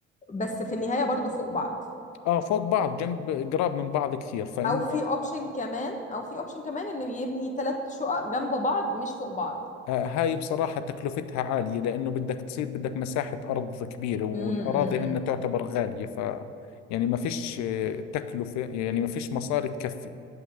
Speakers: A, on the left; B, on the left.
A: بس في النهاية برضو فوق بعض
B: آه فوق بعض جنب قراب من بعض كثير فإنه
A: او في اوبشن كمان او في اوبشن كمان ان يبني ثلاث شقق جنب بعض مش فوق بعض
B: آه، هاي بصراحة تكلفتها عالية لأنه بدك تصير بدك مساحة أرض كبيرة والأراضي
A: امم
B: عندنا تعتبر غالية ف يعني ما فيش آه، تكلفة يعني ما فيش مصاري تكفي